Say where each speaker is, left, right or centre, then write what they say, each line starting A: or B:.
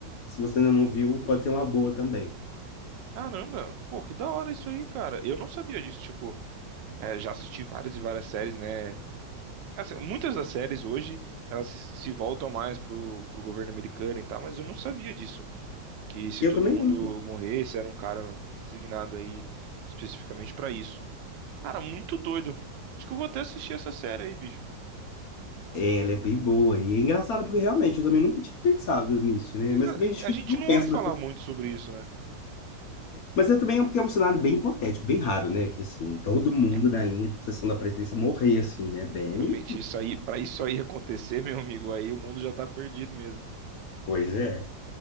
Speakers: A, on the left; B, on the right.
A: Se você ainda não viu, pode ser uma boa também.
B: Caramba, pô, que da hora isso aí, cara. Eu não sabia disso, tipo, é, já assisti várias e várias séries, né? Assim, muitas das séries hoje, elas se voltam mais pro, pro governo americano e tal, mas eu não sabia disso. Que se
A: Eu
B: todo
A: também
B: mundo
A: não.
B: morresse, era um cara designado aí especificamente pra isso. Cara, muito doido. Acho que eu vou até assistir essa série aí, bicho.
A: É, Ela é bem boa e é engraçada porque realmente eu também nunca tinha pensado nisso, né?
B: Exa-
A: Mas também acho que
B: A gente
A: a gente não
B: não
A: pensa.
B: ouve falar
A: né?
B: muito sobre isso, né?
A: Mas é também porque é um cenário bem hipotético, bem raro, né? Que assim, todo mundo
B: É,
A: na linha de sucessão da presidência morrer, assim, né? Bem.
B: realmente, isso aí, pra isso aí <laughs> acontecer, meu amigo, aí o mundo já tá perdido mesmo.
A: Pois é.